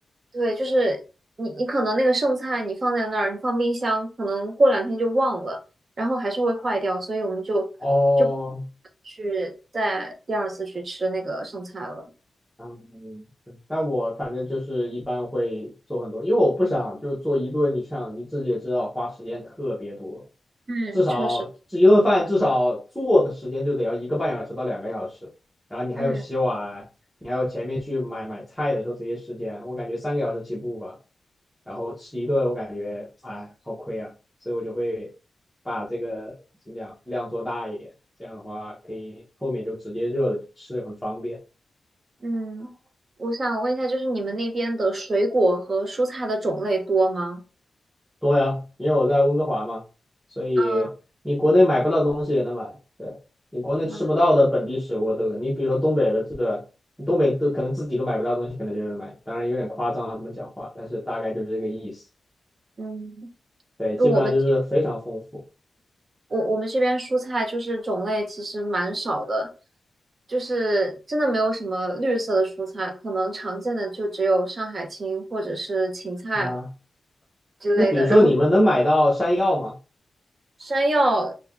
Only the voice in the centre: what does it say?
哦，
嗯，对那我反正就是一般会做很多，因为我不想就做一顿，你像你自己也知道，花时间特别多，
至少这一顿饭至少做的时间就得要一个半小时到两个小时，
然后你还有洗碗，
你还有前面去买买菜的时候这些时间，我感觉三个小时起步吧，然后吃一顿我感觉哎好亏啊，所以我就会把这个怎么讲量做大一点，这样的话可以后面就直接热了就吃很方便。
多呀，因为我在温哥华嘛，所以你国内买不到东西也能买，
对，你国内吃不到的本地食物，
对对？你比如说东北的这个，东北都可能自己都买不到东西，可能就能买，当然有点夸张啊，这么讲话，但是大概就是这个意思，
对，基本上就是非常丰富
啊。
那比如说你们能买到山药吗？